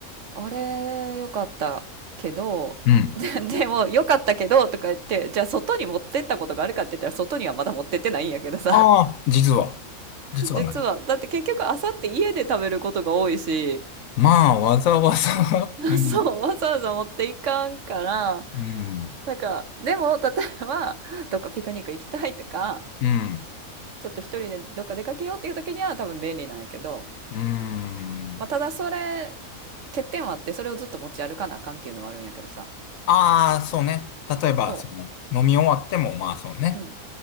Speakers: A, on the right (about 60°); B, on the left (about 70°).
A: あれ、よかったけど、
B: うん。
A: <laughs> で、でも、よかったけど、とか言って、じゃあ外に持ってったことがあるかって言ったら、外にはまだ持ってってないんやけどさ。
B: ああ、実は。
A: <laughs>
B: 実はない
A: 実は、だって結局、あさって家で食べることが多いし、
B: まあ、わざわざ
A: <laughs>
B: <laughs> うん、
A: そう、わざわざ持っていかんから、
B: うん、
A: なんか、でも、例えば、どっかピクニック行きたいとか、
B: うん、
A: ちょっと一人でどっか出かけようっていう時には多分便利なんやけど、
B: うん。
A: まあ、ただそれ欠点はあってそれをずっと持ち歩かなあかんっていうのはあるんやけどさ
B: ああ、そうね。例えば、
A: そ
B: その、飲み終わっても、まあ、そうね。
A: ううん